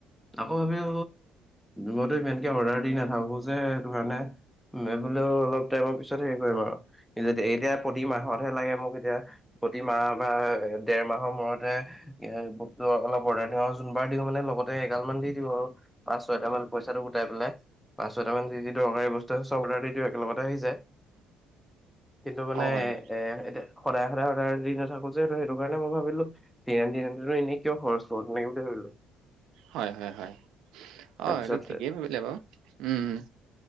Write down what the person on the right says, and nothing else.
হয়,
হয়-হয়-হয়
অ' এইটো ঠিকেই ভাবিলে বাৰু উম,